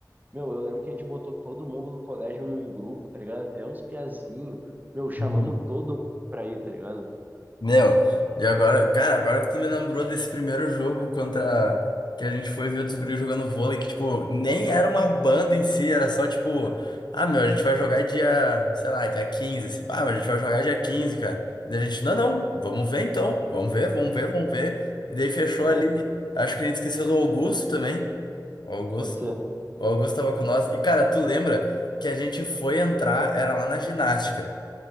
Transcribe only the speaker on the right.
Meu, eu lembro que a gente botou todo mundo do colégio num grupo, tá ligado? Até os piazinhos. Meu, chamamos
todo mundo pra ir, tá ligado?
É,
pode ser.